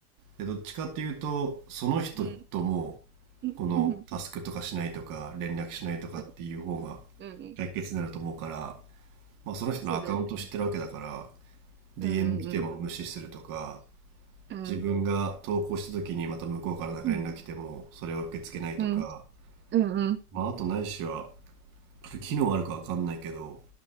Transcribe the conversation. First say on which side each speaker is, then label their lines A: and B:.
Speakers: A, on the right (about 45°); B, on the right (about 25°).
A: で、どっちかっていうと、その人とも
B: ん、うん、
A: このタスクとかしないとか、
B: うん、
A: 連絡しないとかっていう方が
B: うん、うん、うん
A: 解決になると思うから、まあ、その人のアカウント知ってるわけだから、
B: そうだよね。
A: DM
B: うん、
A: 来ても無視するとか、
B: うん、うん、うん、
A: 自分が投稿した時にまた向こうからなんか連絡来ても、
B: うん、
A: それを受け付けないとか、
B: うん、うん、うん。
A: まあ、あとないしは、これ機能あるかわかんないけど、